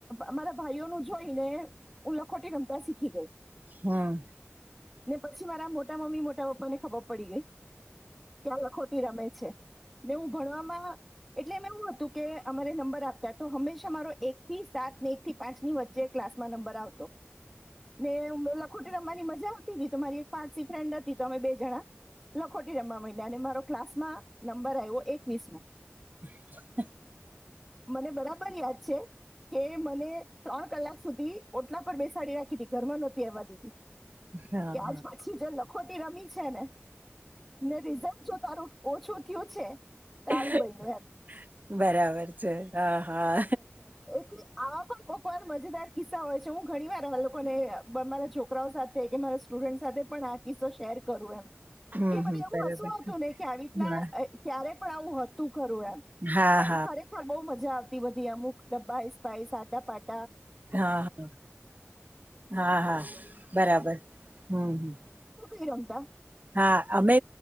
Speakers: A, in the centre; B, on the right.
A: અમારા ભાઈઓ નું જોઈને હું લખોટી રમતા શીખી ગઈ
B: હમ
A: ને પછી મારા મોટા મમ્મી મોટા પપ્પા ને ખબર પડી ગઈ ક્યાં લખોટી રમે છે ને હું ભણવામાં એટલે મેમે એવું હતું કે અમારે નંબર આપતા તો હંમેશા મારો એક થી સાત ને એક થી પાંચની વચ્ચે ક્લાસમાં નંબર આવતો મે <inaudible> લખોટી રમવાની મજા આવતી હતી તો મારી એક પારસી ફ્રેન્ડ હતી તો અમે બે જણા લખોટી રમવા માંડ્યા અને મારો ક્લાસમાં નંબર આવ્યો એકવીસ મોો
B: <inaudible>
A: મને બરાબર યાદ છે કે મને ત્રણ કલાક સુધી ઓટલા પર બેસાડી રાખી હતીી ઘરમાં નહોતી આવવા દીી
B: હા
A: ત્યાંજ
B: હા
A: પછી જ ખોટી રમી છે ને ને રિઝલ્ટ જો તારું ઓછું થ્યું છે
B: <inaudible>
A: તો આવી બન્યું એમ
B: બરાબર છે હા હા
A: એટલે આવા પણ કોક વાર મજેદાર કિસ્સા હોય છે હું ઘણી વાર અ લોકોને મારા છોકરાઓ સાથે કે મારા સ્ટુડન્ટ સાથે પણ આ કિસ્સો શેર કરું એમ
B: હમ
A: કે મને
B: હમ
A: એવું
B: બરાબર
A: હસુંતું
B: છે.
A: ને કે આવી રીતના
B: હા
A: ક્યારે પણ આવું હતું ખરું એમ
B: હા
A: પણ
B: હા
A: ખરેખર બહુ મજા આવેતી તિ બધી અમુક ડબ્બા આઈસ પાઇસ આટા પાટ
B: હા હા હા હા બરાબર હમ હમ
A: ઈ રમતા
B: હા અમે